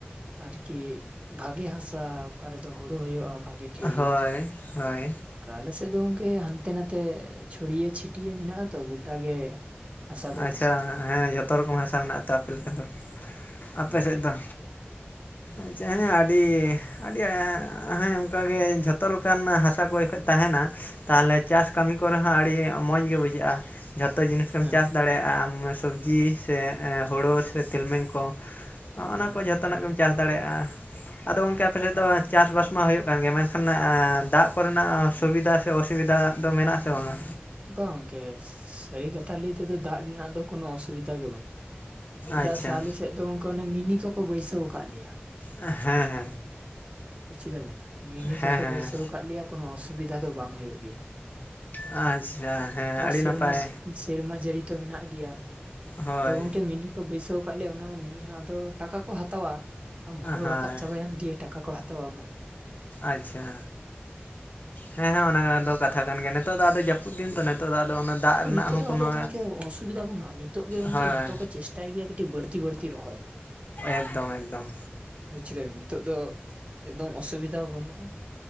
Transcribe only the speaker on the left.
ᱦᱳᱭ ᱦᱳᱭ
ᱟᱪᱪᱷᱟ
ᱦᱮᱸ ᱡᱷᱚᱛᱚ ᱨᱚᱠᱚᱢ ᱦᱟᱥᱟ ᱢᱮᱱᱟᱜ-ᱟ ᱛᱚ ᱟᱯᱮ ᱞᱮᱠᱟ ᱫᱚ᱾ ᱟᱯᱮ
ᱥᱮᱜ ᱫᱚ ᱟᱹᱪᱪᱷᱟ ᱦᱮᱸ ᱟᱰᱤ ᱟᱹᱰᱤ ᱦᱮᱸ ᱦᱮᱸ ᱚᱱᱠᱟ ᱜᱮ ᱡᱷᱚᱛᱚ ᱞᱮᱠᱟᱱ ᱦᱟᱥᱟ ᱠᱚ ᱜᱮ ᱠᱷᱟᱹᱡᱽ ᱛᱟᱦᱮᱱᱟ᱾ ᱛᱟᱦᱚᱞᱮ ᱪᱟᱥ ᱠᱟᱢᱤ ᱠᱚᱨᱮ ᱦᱚᱸ ᱟᱲᱤ ᱢᱚᱸᱡᱽ ᱜᱮ ᱵᱩᱡᱷᱟᱜ-ᱟ ᱡᱷᱚᱛᱚ ᱡᱤᱱᱤᱥ
ᱫᱟᱲᱮᱭᱟᱜ-ᱟ ᱟᱢ ᱥᱚᱵᱽᱡᱤ ᱥᱮ ᱮᱸ ᱦᱳᱲᱳ ᱥᱮ ᱛᱮᱞᱢᱮᱧ ᱠᱚ᱾ ᱦᱚᱸᱜ-ᱚᱱᱟ
ᱠᱚ ᱡᱷᱚᱛᱚ
ᱱᱟᱜ ᱜᱮᱢ ᱪᱟᱥ ᱫᱟᱲᱮᱜ-ᱟ᱾ ᱟᱫᱚ ᱜᱚᱝᱠᱮ ᱟᱯᱮ ᱥᱮᱜ ᱫᱚ ᱪᱟᱥᱼᱵᱟᱥ ᱢᱟ ᱦᱩᱭᱩᱜ ᱠᱟᱱ ᱜᱮᱭᱟ ᱢᱮᱱᱠᱷᱟᱱ ᱮᱸᱻ ᱫᱟᱜᱽ ᱠᱚᱨᱮ ᱱᱟᱸᱜ ᱥᱩᱵᱤᱫᱟ ᱚᱥᱩᱵᱤᱫᱟ ᱫᱚ ᱢᱮᱱᱟᱜ-ᱟ ᱥᱮ ᱵᱟᱝᱼᱟ?
ᱟᱪᱪᱷᱟ
ᱦᱮᱸ ᱦᱮᱸ᱾
ᱦᱮᱸ
ᱦᱮᱸ
ᱟᱪᱪᱷᱟ᱾ ᱦᱮᱸ
ᱟᱹᱰᱤ
ᱱᱟᱯᱟᱭ
ᱦᱳᱭ
ᱦᱳᱭ
ᱟᱪᱪᱷᱟ ᱦᱮᱸ ᱦᱟᱸᱜ ᱚᱱᱟ ᱫᱚ ᱠᱟᱛᱷᱟ ᱠᱟᱱ ᱜᱮᱭᱟ ᱱᱮᱛᱚᱜ ᱫᱚ ᱟᱫᱚ ᱡᱟᱹᱯᱩᱜ ᱫᱤᱱ ᱛᱚ ᱱᱮᱛᱚᱜ ᱫᱚ ᱟᱫᱚ ᱚᱱᱟ ᱫᱟᱜ ᱨᱮᱱᱟᱜ
ᱦᱚᱸ
ᱠᱳᱱᱳ
ᱦᱳᱭ
ᱮᱠᱫᱚᱢ ᱮᱠᱫᱚᱢ᱾